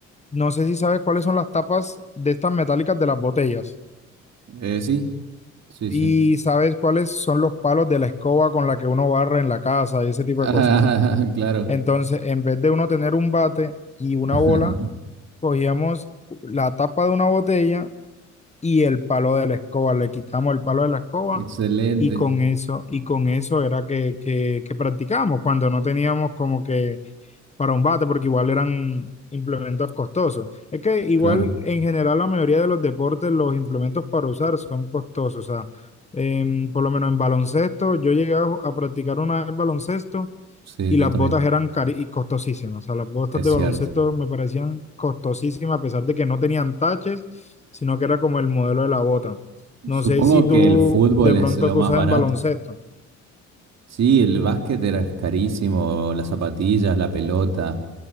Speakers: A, on the left; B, on the right.
A: no sé si sabes cuáles son las tapas de estas metálicas de las botellas
B: Eh, sí, sí,
A: y
B: sí.
A: sabes cuáles son los palos de la escoba con la que uno barre en la casa y ese tipo
B: Ah,
A: de cosas.
B: <laughs> claro.
A: Entonces, en vez de uno tener un bate y una
B: <laughs>
A: bola, cogíamos la tapa de una botella y el palo de la escoba. Le quitamos el palo de la escoba
B: Excelente.
A: y con eso, y con eso era que, que, que practicábamos cuando no teníamos como que para un bate, porque igual eran implementos costosos. Es que igual
B: Claro,
A: en general la mayoría de los deportes, los implementos para usar son costosos. O sea, em, por lo menos en baloncesto, yo llegué a a practicar una vez baloncesto
B: sí,
A: y
B: yo
A: las
B: también.
A: botas eran cari y costosísimas. O sea, las botas
B: Es
A: de
B: cierto.
A: baloncesto me parecían costosísimas, a pesar de que no tenían taches, sino que era como el modelo de la bota. No
B: Supongo
A: sé si tú
B: que el fútbol
A: de
B: es
A: pronto
B: lo
A: que
B: más
A: usas
B: barato.
A: en baloncesto.
B: Sí, el básquet era carísimo, las zapatillas, la pelota,